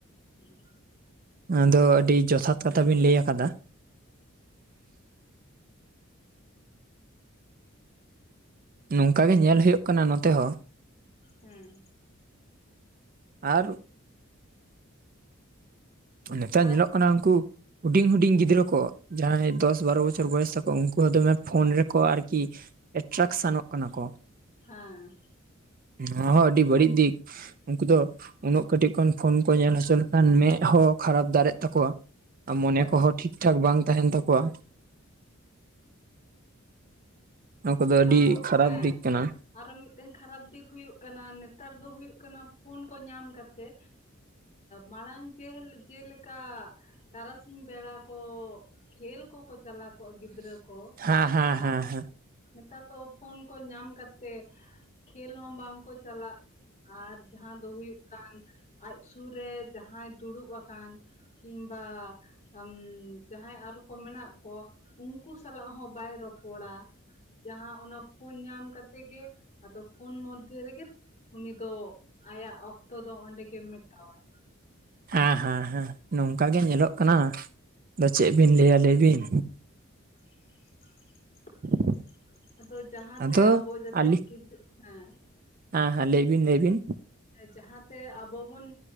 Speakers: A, on the left; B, on the right.
A: ᱦᱮᱸ
B: ᱟᱫᱚ ᱟᱹᱰᱤ ᱡᱚᱛᱷᱟᱛ ᱠᱟᱛᱷᱟ ᱵᱤᱱ ᱞᱟᱹᱭ ᱟᱠᱟᱫᱟ᱾ ᱱᱚᱝᱠᱟ ᱜᱮ ᱧᱮᱞ ᱦᱩᱭᱩᱜ ᱠᱟᱱᱟ ᱱᱚᱛᱮ ᱦᱚᱸ
A: ᱦᱮᱸ
B: ᱟᱨᱩᱵ ᱱᱮᱛᱟᱨ
A: ᱟᱨ
B: ᱧᱮᱞᱚᱜ ᱠᱟᱱᱟ ᱩᱱᱠᱩ ᱦᱩᱸᱰᱤᱧ ᱦᱩᱸᱰᱤᱧ ᱜᱤᱫᱽᱨᱟᱹ ᱠᱚ ᱡᱟᱦᱟᱸᱭ ᱫᱚᱥ ᱵᱟᱨᱚ ᱵᱚᱪᱷᱚᱨ ᱵᱚᱭᱚᱥ ᱛᱟᱠᱚ ᱩᱱᱠᱩ ᱦᱚᱸ ᱫᱚᱢᱮ ᱯᱷᱳᱱ ᱨᱮᱠᱚ ᱟᱨᱠᱤ ᱮᱴᱨᱟᱠᱥᱮᱱᱚᱜ ᱠᱟᱱᱟ ᱠᱚ᱾
A: ᱦᱟᱸ
B: ᱱᱚᱣᱟ ᱦᱚᱸ ᱟᱹᱰᱤ ᱵᱟᱹᱲᱤᱜ ᱫᱤᱠ ᱩᱱᱠᱩ ᱫᱚ ᱩᱱᱟᱹᱜ ᱠᱟᱹᱴᱤᱜ ᱠᱚᱱ ᱯᱷᱳᱱ ᱠᱚ ᱧᱮᱞ ᱦᱚᱪᱚ ᱞᱮᱠᱷᱟᱱ ᱢᱮᱜ ᱦᱚᱸ ᱠᱷᱟᱨᱟᱯ ᱫᱟᱨᱮᱜ ᱛᱟᱠᱚᱣᱟ᱾ ᱟ ᱢᱚᱱᱮ
A: ᱦᱮᱸ
B: ᱠᱚᱦᱚᱸ ᱴᱷᱤᱠ ᱴᱷᱟᱠ ᱵᱟᱝ ᱛᱟᱦᱮᱸᱱ ᱛᱟᱠᱚᱣᱟ, ᱱᱚᱣᱟ ᱠᱚᱫᱚ
A: ᱡᱟᱦᱟᱸ
B: ᱟᱹᱰᱤ
A: ᱫᱚ
B: ᱠᱷᱟᱨᱟᱯ
A: ᱦᱮᱸ
B: ᱫᱤᱠ ᱠᱟᱱᱟ
A: ᱟᱨᱚ ᱢᱤᱫᱴᱮᱱ ᱠᱷᱟᱨᱟᱯ ᱫᱤᱠ ᱦᱩᱭᱩᱜ ᱠᱟᱱᱟ ᱱᱮᱛᱟᱨ ᱫᱚ ᱦᱩᱭᱩᱜ ᱠᱟᱱᱟ ᱯᱷᱳᱱ ᱠᱚ ᱧᱟᱢ ᱠᱟᱛᱮ ᱢᱟᱲᱟᱝ ᱡᱮᱞᱼᱡᱮᱞᱮᱠᱟ ᱛᱟᱨᱟᱥᱤᱧ ᱵᱮᱲᱟ ᱠᱚ ᱠᱷᱮᱞ ᱠᱚᱠᱚ ᱪᱟᱞᱟᱣ ᱠᱚᱜᱼᱟ ᱜᱤᱫᱽᱨᱟᱹ ᱠᱚ,
B: ᱦᱮᱸ ᱦᱮᱸ ᱦᱮᱸ
A: ᱟᱨ
B: ᱦᱮᱸ᱾
A: ᱱᱮᱛᱟᱨ ᱫᱚ ᱯᱷᱳᱱ ᱠᱚ ᱧᱟᱢ ᱠᱟᱛᱮ ᱠᱷᱮᱞ ᱦᱚᱸ ᱵᱟᱝᱠᱚ ᱪᱟᱞᱟᱜ ᱟᱨ ᱡᱟᱦᱟᱸ ᱫᱚ ᱦᱩᱭᱩᱜ ᱠᱟᱱ ᱟᱡᱽ ᱥᱩᱨ ᱨᱮ ᱡᱟᱦᱟᱸᱭ ᱫᱩᱲᱩᱵ ᱟᱠᱟᱱ ᱠᱤᱱᱵᱟ ᱟᱢ ᱡᱟᱦᱟᱸᱭ ᱟᱨᱚ ᱠᱚ ᱢᱮᱱᱟᱜ ᱠᱚ ᱩᱱᱠᱩ ᱥᱟᱞᱟᱜ ᱦᱚᱸ ᱵᱟᱭ ᱨᱚᱯᱚᱲᱟ᱾ ᱡᱟᱦᱟᱸ ᱚᱱᱟ ᱯᱷᱳᱱ ᱧᱟᱢ ᱠᱟᱛᱮ ᱜᱮ ᱟᱫᱚ ᱯᱷᱳᱱ ᱢᱚᱫᱫᱷᱮ ᱨᱮᱜᱮ ᱩᱱᱤ ᱫᱚ, ᱟᱭᱟᱜ ᱚᱠᱛᱚ ᱫᱚ ᱚᱸᱰᱮ ᱜᱮ ᱢᱮᱴᱟᱣᱟᱭ᱾
B: ᱦᱮᱸ ᱦᱮᱸ ᱦᱮᱸ ᱱᱚᱝᱠᱟ
A: ᱦᱮᱸ
B: ᱜᱮ ᱧᱮᱞᱚᱜ ᱠᱟᱱᱟ᱾ ᱟᱫᱚ ᱪᱮᱜ ᱵᱤᱱ ᱞᱟᱹᱭᱟ ᱞᱟᱹᱭ ᱵᱤᱱ?
A: <inaudible>
B: <inaudible>
A: ᱟᱫᱚ ᱡᱟᱦᱟᱸᱛᱮ
B: ᱟᱫᱚ
A: ᱟᱵᱚ ᱡᱟᱛᱮ
B: ᱟᱞᱤ
A: ᱠᱤᱫᱟᱹᱜ ᱦᱮᱸ
B: ᱦᱮᱸ ᱦᱮᱸ ᱞᱟᱹᱭ ᱵᱤᱱ ᱞᱟᱹᱭ ᱵᱤᱱ?
A: ᱡᱟᱦᱟᱸᱛᱮ ᱟᱵᱚᱵᱚᱱ